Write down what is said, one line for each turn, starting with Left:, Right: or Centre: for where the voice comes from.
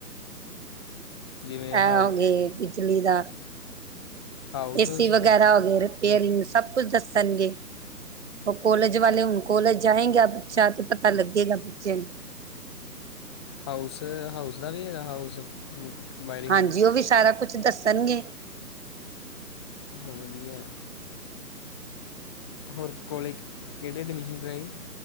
Left: ਜਿਵੇਂ
Right: ਐ
Left: ਹਾਊ
Right: ਹੋ ਗਏ ਬਿਜਲੀ ਦਾ,
Left: ਹਾਊਸ
Right: ਏਸੀ
Left: ਹੂਸ
Right: ਵਗੈਰਾ
Left: ਦਾ
Right: ਹੋ ਗਏ। ਫੇਰ ਸਭ ਕੁਝ ਦੱਸਣਗੇ। ਉਹ ਕੋਲੈਜ ਵਾਲੇ, ਹੁਣ ਕੋਲਜ ਜਾਏਗਾ ਬੱਚਾ ਤੇ ਪਤਾ ਲੱਗੇਗਾ ਬੱਚੇ ਨੂੰ।
Left: ਹਾਊਸ, ਹਾਊਸ ਦਾ ਵੀ ਹੈਗਾ ਹਾਊਸ। ਵਾਇਰਿੰਗ
Right: ਹਾਂਜੀ,
Left: ਦਾ
Right: ਉਹ ਵੀ ਸਾਰਾ ਕੁਛ ਦੱਸਣਗੇ।
Left: ਵਧੀਆ ਹੋਰ ਕੋਲੇਜ ਕਿਹੜੇ ਐਡਮਿਸ਼ਨ ਕਰਵਾਈ?